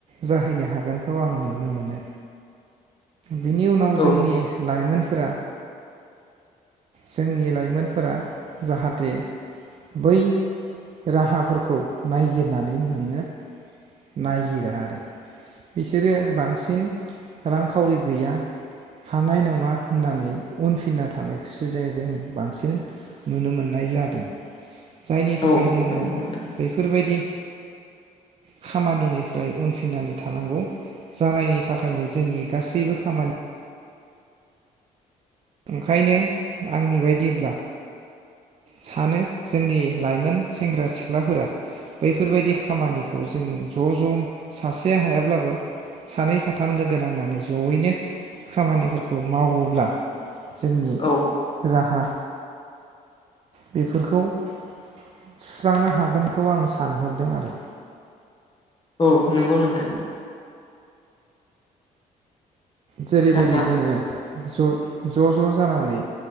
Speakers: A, on the right; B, on the left.
A: जाहैनो हागोन। हागोनखौ आं नुनो मोनो बिनि उनाव जोंनि
B: औ
A: लाइमोन फोरा जोंनि लाइमोनफोरा जाहाथे बै राहाफोरखौ नायगिरनानै मोनो नायगिरा आरो बिसोरो बांसिन रांखावरि गैया हानाय नङा होननानै उनफिनना थानायखौसो जे जों बांसिन नुनो मोननाय जादों। जायनि थाखाय
B: औ
A: जोङो
B: नंगौ नोंथां
A: बेफोरबायदि खामानिनिफ्राय उनफिननानै थानांगौ जायनि थाखायनो जोंनि गासैबो खामानि ओंखायनो आंनि बायदिब्ला सानो जोंनि लाइमोन सेंग्रा सिख्लाफोरा बैफोरबायदि खामानिखौ जों ज‌ ज सासे हायाब्लाबो सानै साथाम लोगो नांनानै जयैनो खामानिफोरखौ मावोब्ला जोंनि
B: औ
A: राहा बेफोरखौ सुस्रांनो हागोनखौ आं सानहरदों आरो
B: औ नंगौ नोंथां
A: जेरैबायदि
B: दा
A: जोङो ज' ज' जानानै